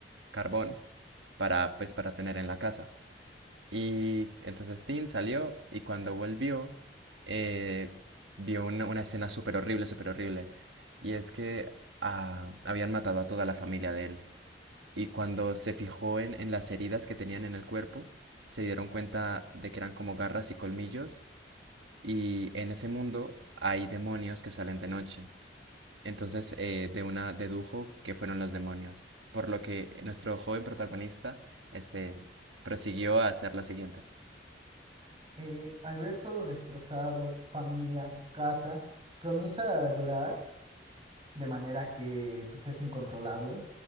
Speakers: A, on the right; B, on the right.
A: carbón para, pues, para tener en la casa. Y entonces Tim salió y cuando volvió, eh, vio una, una escena súper horrible, súper horrible. Y es que ah, habían matado a toda la familia de él. Y cuando se fijó en, en las heridas que tenían en el cuerpo, se dieron cuenta de que eran como garras y colmillos y en ese mundo hay demonios que salen de noche. Entonces, eh, de una dedujo que fueron los demonios. Por lo que eh, nuestro joven protagonista, este, prosiguió a hacer lo siguiente.
B: Eh, al ver todo destrozado, familia, casa, comienza a llorar de manera que pues, es incontrolable.